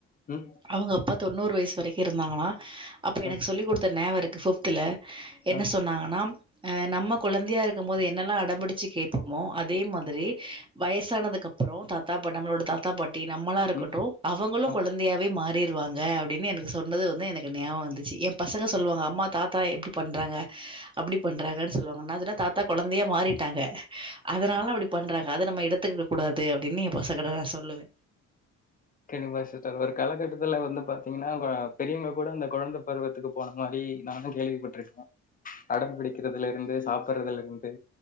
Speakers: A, on the left; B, on the right.
A: ம்
B: அவங்க அப்பா தொண்ணூறு வயசு வரைக்கு இருந்தாங்களா அப்போ
A: அ
B: எனக்கு சொல்லி குடுத்த நேவ இருக்கு ஃபிஃப்த்துல என்ன
A: அ
B: சொன்னாங்கனா அ நம்ம குழந்தையா இருக்க போது என்னலா அடம்பிடிச்சு கேப்பமோ அதே மாதிரி வயசானதுக்கு அப்றோ தாத்தா பாட் நம்மளோட தாத்தா பாட் டி நம்மளா இருக்கட்டு
A: ம்
B: அவங்களு
A: அ
B: கொழந்தையாவே மாறிருவாங் க அப்டினு எனக்கு சொன்னது வந்து எனக்கு ஞாவ வந்துச்சு எ பசங்க சொல்லுவாங்க அம்மா தாத்தா ஏ இப்டி பண்றாங்க அப்டி பண்றாங்கன் சொல்லுவாங்க நா சொன்னே தாத்தா கொழந்தையா மாறிட்டாங்க அதனால அப்டி பண்றாங்க அத நம்ம எடுத்துக் ட கூடாது அப்டின்னு ஏ பசங் கிட்ட நா சொல்லுவே
A: கெனிபாசுதார் ஒரு கலகட்டத்துல வந்து பாத்தீங்ன்னா ஆ பெரியவங்க கூட அந்த கொழந்த பருவத்துக்கு போன மாரி நானு கேள்விப்பட்ருக்கே அடம் பிடிக்கிறதுலருந்து சாப்டுறதுலருந்து